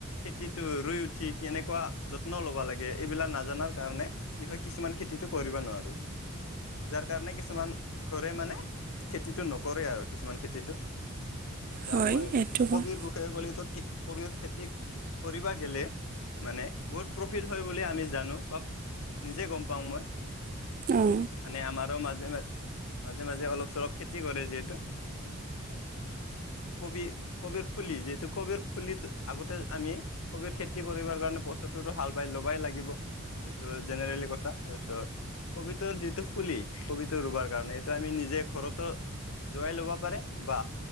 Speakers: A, on the left (about 80°); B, on the right (about 40°).
A: খেতিটো ৰুই উঠি কেনেকুৱা যত্ন ল'বা লাগে এইবিলাক নাজানাৰ কাৰণে কি হয় কিছুমান খেতিটো কৰিব নোৱাৰো। যাৰ কাৰণে কিছুমান ঘৰে মানে খেতিটো নকৰে আৰু কিছুমান খেতিটো। ইতা
B: হয়
A: মই
B: এইটো হয়
A: কবিৰ খে গলে তো কি কবি খেতি কৰিবা গে'লে মানে বহুত প্ৰফিট হয় বুলি আমি জানো বা নিজে গম পাও মই।
B: অঁ
A: মানে আমাৰো মাজে-মাজে মাজে-মাজে অলপ-চলপ খেতি কৰে যিহেতু। কবি কবিৰ ফুলি যিহেতু কবিৰ ফুলিটো আগতে আমি কবিৰ খেতি কৰিবাৰ কাৰণে <unintelligible> টোটো হাল বাই ল'বাই লাগিব। এইটোতো জেনেৰেলি কথা। তাৰপিছত কবিটোৰ যিটো ফুলি কবিটো ৰুবাৰ কাৰণে এইটো আমি নিজে ঘৰতো জোৱাই ল'ব পাৰে বা